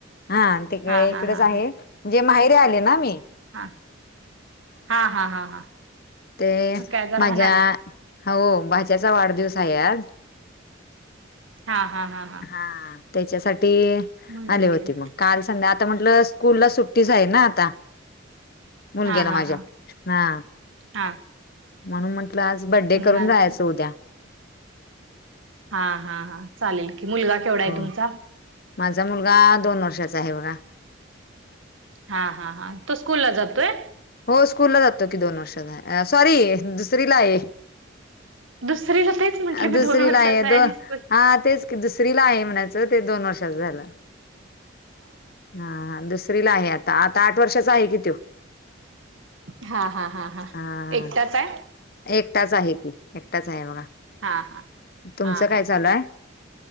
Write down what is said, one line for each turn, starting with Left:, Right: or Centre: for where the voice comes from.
Left: हा तिक
Right: हा हा
Left: इकडेच
Right: हा
Left: आहे,
Right: हा
Left: म्हंजे माहेरी आले ना मी.
Right: हा हा हा हा हा.
Left: ते
Right: मग काय आता
Left: माझ्या
Right: राहणार.
Left: हा ओ भाच्याचा वाढदिवस आहे आज.
Right: हा हा हा हा.
Left: हा तेच्यासाठी
Right: म्हणून
Left: आले होते
Right: गेला.
Left: मग. काल संध्या आता म्हटलं आता, स्कूल ला सुट्टीच आहे ना आता. मुलग्याला
Right: हां हां
Left: माझ्या
Right: हां
Left: हा
Right: हां.
Left: म्हणून म्हंटलं आज बड्डे करून
Right: आलता.
Left: जायाचं उद्या.
Right: हां हां हां चालेलं की, मुलगा केवढा
Left: हो
Right: हाय तुमचा?
Left: माझा मुलगा दोन वर्षाचा आहे बघा.
Right: हा हा हा. तो स्कूल ला जातोय?
Left: हो स्कूलला जातो की दोन वर्षाचा हाय, सॉरी दुसरीला आहे.
Right: दुसरीला तेच म्हंटले मी
Left: दुसरी
Right: दोन वर्षाचा
Left: ला आहे. दोन
Right: आणि स्कूल
Left: हा तेच की दुसरीला आहे म्हणायचं, ते दोन वर्षाच झालं. हा हा दुसरी ला आहे आता, आता आठ वर्षाचा आहे कि तो.
Right: हा हा हा.
Left: हा हा
Right: एकटाच आहे
Left: एकटाच आहे की, एकटाच आहे बघा.
Right: हा हा
Left: तुमचं
Right: हा
Left: काय
Right: हा
Left: चालू
Right: हा
Left: हाय?